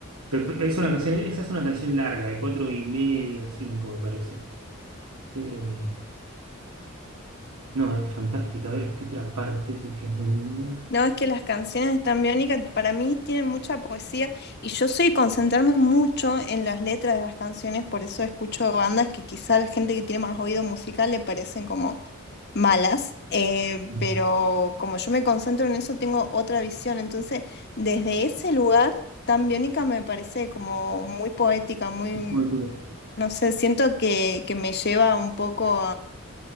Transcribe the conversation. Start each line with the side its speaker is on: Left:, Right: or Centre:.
Right: Pe- pe- Es una canción, esa es una canción larga, de cuatro y medio, cinco, me parece. Eh, no, es fantástica. A ver, ¿qué otra parte que, que es muy linda?
Left: No, es que las canciones están biónicas, para mí tienen mucha poesía y yo soy concentrarme mucho en las letras de las canciones, por eso escucho bandas que quizá a la gente que tiene más oído musical le parecen como malas, eh,
Right: Mm.
Left: pero como yo me concentro en eso tengo otra visión, entonces desde ese lugar tan biónica me parece como muy poética, muy,
Right: Es muy pico.
Left: no sé, siento que, que me lleva un poco